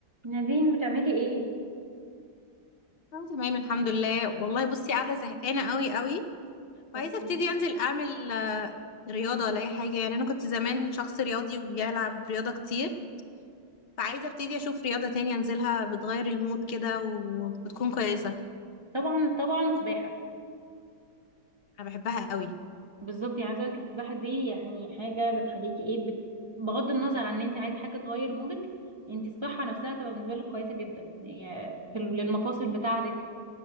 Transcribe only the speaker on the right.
نادين بتعملي ايه
اوكي
طبعا طبعا سباحه
بالظبط يعني عايزه اقول لك السباحه دي يعني حاجه بتخليكي ايه بت... بغض النظر عن ان انت عايزه حاجه تغير مودك انت الصحه نفسها تبقى بالنسبه لك كويسه جدا يعني في ال- للمفاصل بتاعتك